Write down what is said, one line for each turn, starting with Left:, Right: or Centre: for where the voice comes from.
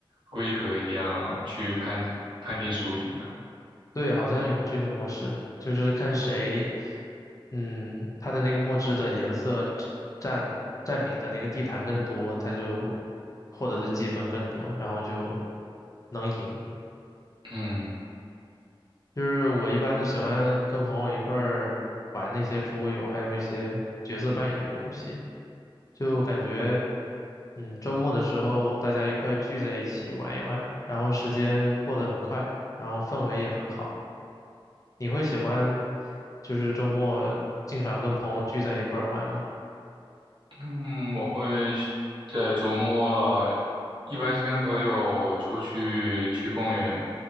Right: 规格一样去判判定输赢啊？
Left: 对，好像有这个模式，就是看谁，嗯，他的那个墨汁的颜色占占领的那个地盘更多，他就获得的积分更多，然后就能赢。
Right: 嗯
Left: 就是我一般都喜欢跟朋友一块儿玩那些桌游，还有一些角色扮演的游戏，就感觉，嗯，周末的时候大家一块聚在一起玩一玩，然后时间过得很快，然后氛围也很好。你会喜欢就是周末经常跟朋友聚在一块儿玩吗？
Right: 嗯，我会在周末，一般是跟朋友出去去公园